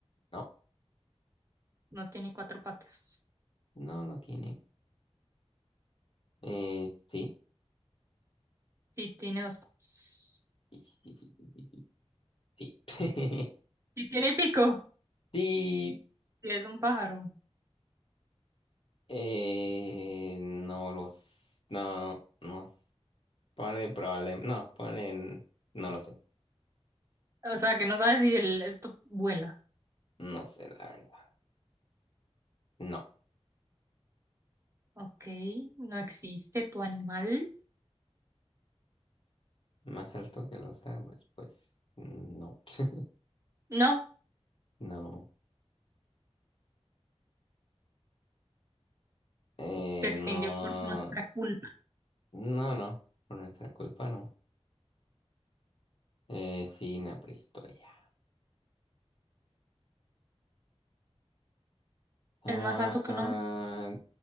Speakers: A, on the left; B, on the right.
A: no,
B: No tiene cuatro patas.
A: no, no tiene. Eh, sí.
B: Sí, tiene dos patas.
A: <laughs> Sí. <laughs>
B: Sí, tiene pico.
A: Sí,
B: Sí, es un pájaro.
A: eh, no los, no, no, s- ponle probable, no, ponle, en- no lo sé,
B: O sea, que no sabes si el, esto vuela.
A: no sé la verdad, no,
B: Ok, no existe tu animal.
A: más alto que los árboles, pues, no, <laughs>
B: No,
A: no, eh,
B: se extinguió
A: no,
B: por nuestra culpa.
A: no, no, por nuestra culpa no, eh, sí, en la prehistoria, ah,
B: ¿Es más alto que un hombre?